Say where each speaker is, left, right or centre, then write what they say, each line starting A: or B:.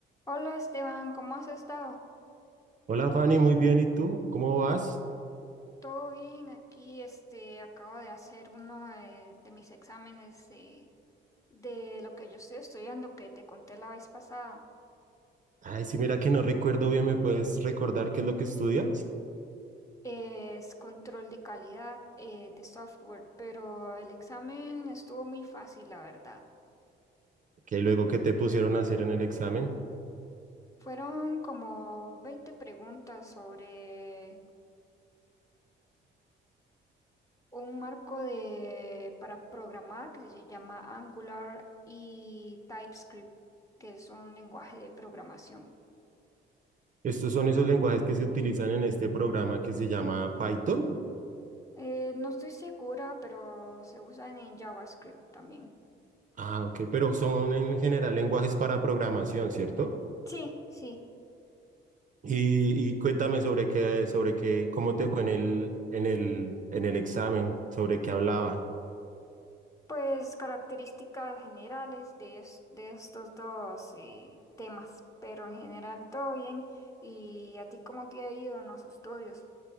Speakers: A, on the left; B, on the right.
A: Hola Esteban, ¿cómo has estado?
B: Hola Fanny, muy bien. ¿Y tú? ¿Cómo vas?
A: Todo bien, aquí este acabo de hacer uno de, de mis exámenes de, de lo que yo estoy estudiando que te conté la vez pasada.
B: Ay, sí, mira que no recuerdo bien, ¿me puedes recordar qué es lo que estudias?
A: Es control de calidad eh, de software, pero el examen estuvo muy fácil, la verdad.
B: Que luego que te pusieron a hacer en el examen.
A: Fueron como 20 preguntas sobre un marco de, para programar que se llama Angular y TypeScript, que es un lenguaje de programación.
B: Estos son esos lenguajes que se utilizan en este programa que se llama Python.
A: Eh, no estoy segura, pero se usan en JavaScript también.
B: Ah, ok, pero son en general lenguajes para programación, ¿cierto?
A: Sí, sí.
B: Y, y cuéntame sobre qué, sobre qué, cómo te fue en el, en el, en el examen, sobre qué hablaba.
A: Pues características generales de, es- de estos dos eh, temas, pero en general todo bien. ¿Y a ti cómo te ha ido en los estudios?